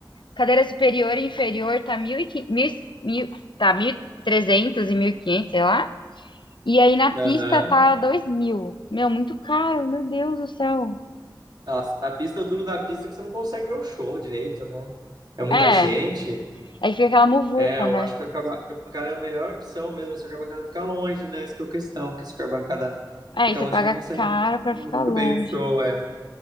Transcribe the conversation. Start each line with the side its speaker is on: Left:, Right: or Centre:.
Left: Cadeira superior e inferior tá 1.500, mil, e quinhentos, mil, tá 1.300 e trezentos e mil e quinhentos sei lá. E aí na
Right: Aham.
Left: pista tá dois mil Meu, muito caro, meu Deus do céu.
Right: Nossa, na pista, o duro da pista é que você não consegue ver o show direito, né? É muita
Left: É,
Right: gente.
Left: aí fica aquela muvuca,
Right: É, eu
Left: né?
Right: acho que a caba- que a bancada é a melhor opção mesmo, só que a bancada fica longe, né? Essa que é a questão, que se a bancada
Left: Aí
Right: fica
Left: você
Right: longe,
Left: paga
Right: você não consegue
Left: caro
Right: muito
Left: pra ficar longe.
Right: bem o show, é.